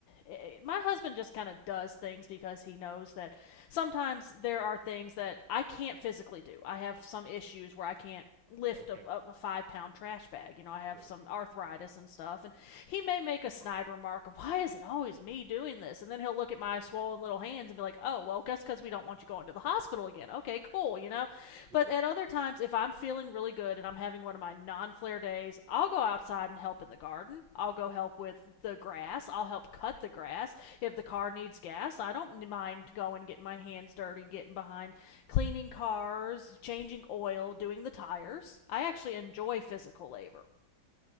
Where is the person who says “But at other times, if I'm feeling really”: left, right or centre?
Left